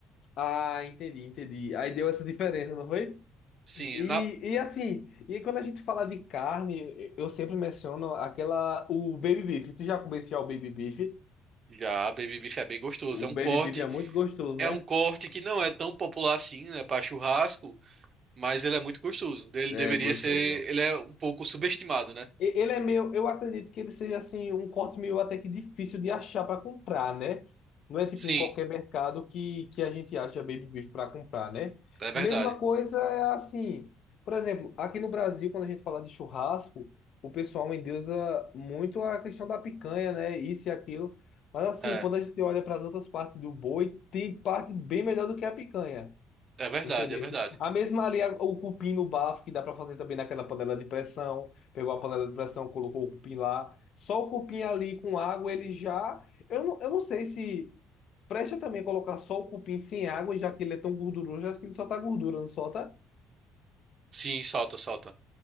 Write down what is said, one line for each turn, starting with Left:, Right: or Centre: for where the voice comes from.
Left: ah, entendi, entendi. Aí deu essa diferença, não foi?
Right: Sim,
Left: E,
Right: na-
Left: e assim, e quando a gente fala de carne, eu sempre menciono aquela, o baby beef. Tu já comeu já o baby beef?
Right: já a baby beef é bem gostoso.
Left: O
Right: É um
Left: baby
Right: corte,
Left: beef é muito gostoso,
Right: é
Left: né?
Right: um corte que não é tão popular assim, né, para churrasco, mas ele é muito gostoso. Ele
Left: É
Right: deveria
Left: gostoso.
Right: ser, ele é um pouco subestimado, né?
Left: E- Ele é meio, eu acredito que ele seja assim um corte meio até que difícil de achar para comprar, né? Não é tipo
Right: Sim,
Left: em qualquer mercado que, que a gente acha baby beef para comprar, né?
Right: é verdade.
Left: Mesma coisa é assim, por exemplo, aqui no Brasil, quando a gente fala de churrasco, o pessoal endeusa muito a questão da picanha, né? Isso e aquilo. Mas assim,
Right: É,
Left: quando a gente olha para as outras partes do boi, tem parte bem melhor do que a picanha.
Right: é verdade,
Left: Entendeu?
Right: é verdade.
Left: A mesma ali, a- o cupim no bafo, que dá pra fazer também naquela panela de pressão. Pegou a panela de pressão, colocou o cupim lá. Só o cupim ali com água, ele já. Eu não, eu não sei se. Presta também colocar só o cupim sem água, já que ele é tão gorduroso, acho que ele só tá gordura, não solta?
Right: Sim, salta, salta.